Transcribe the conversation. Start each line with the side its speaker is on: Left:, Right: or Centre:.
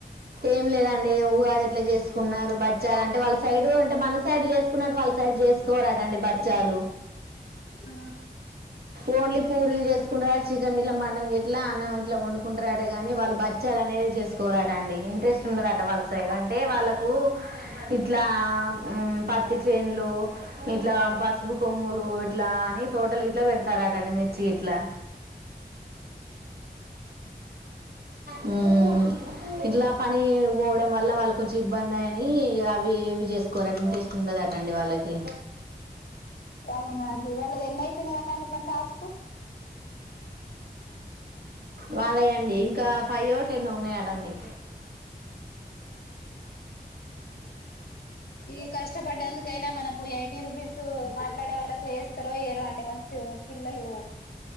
Right: ఏం లేదండి ఉగా ఎట్లా చేసుకున్నారు బచ్చాలంటే వాళ్ళ సైడ్ అంటే మన సైడ్ చేసుకున్నట్టు వాళ్ళ సైడ్ చేసుకోరాటండి బచ్చా లు
Left: ఆ
Right: ఓన్లీ పూరీలు చేసుకుంటారట చికెన్ గిట్ల మటన్ గిట్ల అన్నం ఇట్లా వండుకుంటారట కాని వాళ్ళు బచ్చాలనే చేసుకోరాటండి ఇంట్రెస్ట్ ఉండదట వాళ్ళ సైడ్ అంటే వాళ్ళకు ఇట్లా పత్తి చేన్లు ఇట్లా పసుపు కొమ్ మ్ములు ఇట్లా అని తోటల్ గిట్లా పెడ్ తరటండి మిర్చి గిట్లా మ్ మ్ ఇట్లా పని పోవడం వల్ల వాళ్ళ కొంచెం ఇబ్బందని గా వి ఏవి చేసుకోరాట ఇంట్రెస్ట్ ఉండదట అండి వాళ్ళకి
Left: అవునా జీ వాళ్ళది ఎన్ని అయిపోయినయట అండి మ టాస్కు
Right: వాళ్ళయండి ఇంకా ఫై ఓ టెన్ ఓ ఉన్నాయటండి
Left: ఇ కష్టపడ్డందుకైనా మనకు ఎయిటీ రుపీస్ స్ మాట్లాడే వాళ్ళకు ఎస్తారో ఏయ్యరో అండి మస్తు పిల్లలు